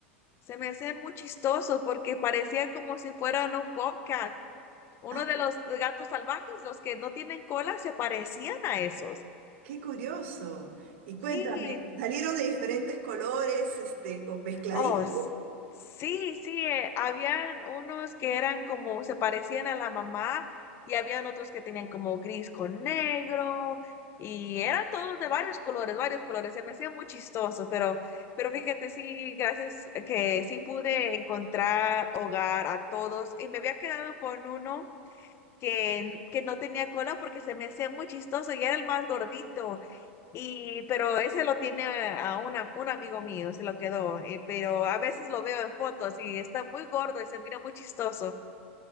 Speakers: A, on the left; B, on the right.
A: Se me hacían muy chistosos porque parecía como si fueran un bobcat. Uno
B: Ah,
A: de los gatos salvajes, los que no tienen cola, se parecían a esos.
B: qué curioso. Y cuéntame,
A: Sí,
B: ¿salieron de diferentes colores, este, o mezcladitos?
A: oh, s- sí, sí, eh, habían unos que eran como, se parecían a la mamá y habían otros que tenían como gris con negro y eran todos de varios colores, varios colores. Se me hacía muy chistoso, pero, pero fíjate, sí, gracias eh, que sí pude encontrar hogar a todos y me había quedado con uno que, que no tenía cola porque se me hacía muy chistoso y era el más gordito. Y, pero ese lo tiene a una, un amigo mío, se lo quedó. eh, pero a veces lo veo en fotos y está muy gordo y se mira muy chistoso.